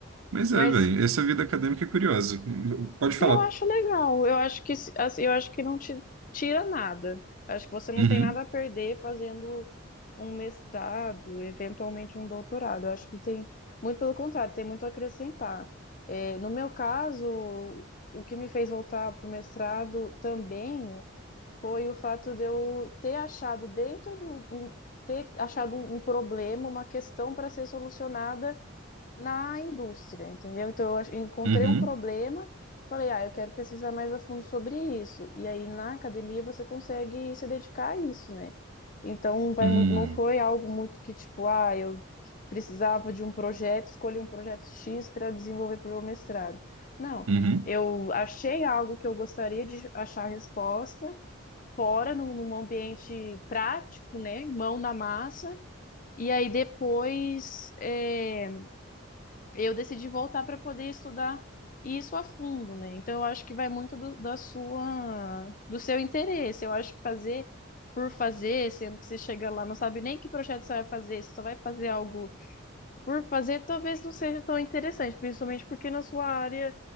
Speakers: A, on the right; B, on the left.
A: Mas
B: Mas
A: é, velho, essa vida acadêmica é curiosa. Pode falar.
B: Eu acho legal. Eu acho que se- assim, eu acho que não te tira nada. Acho que você não
A: Uhum,
B: tem nada a perder fazendo um mestrado, eventualmente um doutorado. Eu acho que tem muito pelo contrário, tem muito a acrescentar. É, no meu caso, o que me fez voltar para o mestrado também foi o fato de eu ter achado dentro do um- ter achado um um problema, uma questão para ser solucionada na indústria, entendeu? Então eu ach- encontrei
A: uhum,
B: um problema, falei, ah, eu quero pesquisar mais a fundo sobre isso. E aí na academia você consegue se dedicar a isso, né? Então vai,
A: hum,
B: mui- não foi algo muito que tipo, ah, eu precisava de um projeto, escolhi um projeto X para desenvolver para o meu mestrado. Não,
A: uhum,
B: eu achei algo que eu gostaria de achar resposta fora, num, num ambiente prático, né? Mão na massa. E aí depois, é, eu decidi voltar para poder estudar isso a fundo, né? Então eu acho que vai muito do, da sua, do seu interesse. Eu acho que fazer por fazer, sendo que você chega lá, não sabe nem que projeto você vai fazer, você só vai fazer algo por fazer, talvez não seja tão interessante, principalmente porque na sua área,